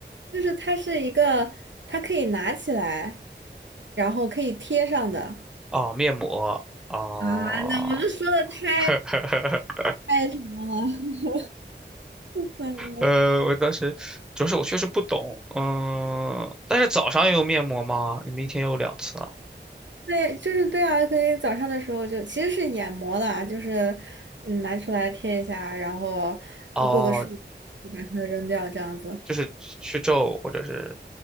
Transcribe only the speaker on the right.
就是它是一个，它可以拿起来，然后可以贴上的。
啊，那我这说的太
太什么了？<laughs> 但嗯。
对，就是对啊，可以早上的时候就其实是眼膜啦，就是嗯拿出来贴一下，然后
过个数，你把它扔掉这样子。